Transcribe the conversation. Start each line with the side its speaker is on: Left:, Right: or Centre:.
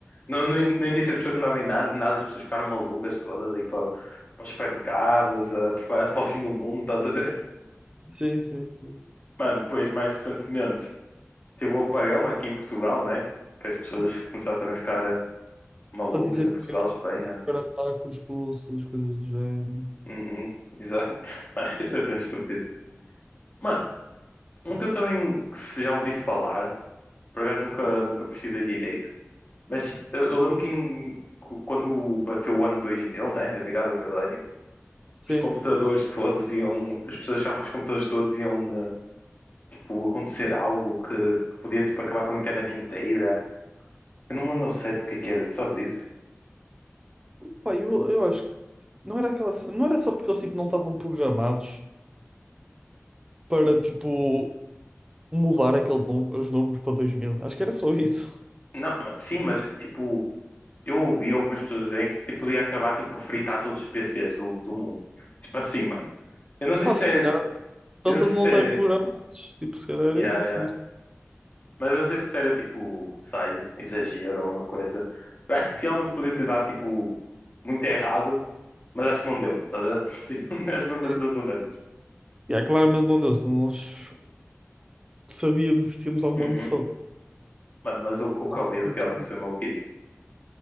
Left: No, no, in- no início as pessoas não davam em nada, em nada as pessoas ficaram malucas todas aí para, para os supermercados, a preparar-se para o fim do mundo, estás a ver?
Right: Sim, sim, sim.
Left: <laughs> Mano, depois mais recentemente. teve o apagão aqui em Portugal, né? Que as pessoas começaram também a ficar eh, malucas
Right: A dizer
Left: em Portugal,
Right: que foi
Left: Espanha.
Right: para ataques russos, coisas do género.
Left: Uhum, exato. <laughs> Mas isso é tão estúpido. Mano, um que eu também que se já ouvi falar, por acaso nunca, nunca precisei direito, mas eh, eu lembro que em- cu- quando bateu o ano 2000, né? A virada do milénio,
Right: Sim.
Left: os computadores todos iam. As pessoas achavam que os computadores todos iam, eh, tipo, acontecer algo que, que podia, tipo, acabar com a internet inteira. Eu não me lembro certo o que é que era, tu sabes isso?
Right: Pá, eu, eu acho que não era aquela, ce- não era só porque eles tipo, não estavam programados para, tipo, mudar aquele, nome- os números para dois mil Acho que era só isso.
Left: Não, ma- sim, mas tipo, eu ouvi algumas pessoas dizerem que se tipo, podia acabar tipo fritar todos os PCs do, do mundo. Tipo assim, mano. Eu não sei
Right: Pá,
Left: se
Right: se
Left: é,
Right: calhar Nossa,
Left: eu não sei
Right: de
Left: se
Right: não estarem programados.
Left: é,
Right: Tipo, se calhar era
Left: yeah,
Right: isso.
Left: yeah.
Right: Não
Left: Mas eu não sei se era tipo, sei lá, ex- exagero ou uma coisa. Eu acho que realmente podia ter dado tipo muito errado, mas acho que não deu, tá a ver? <laughs> Tipo, acho que foi uma
Right: sei.
Left: situação dessas.
Right: Yeah, claramente não deu, se nós sabíamos, tínhamos alguma
Left: Uhum.
Right: noção.
Left: Mano, mas o, o Covid
Right: do que acontecia.
Left: realmente foi maluquice.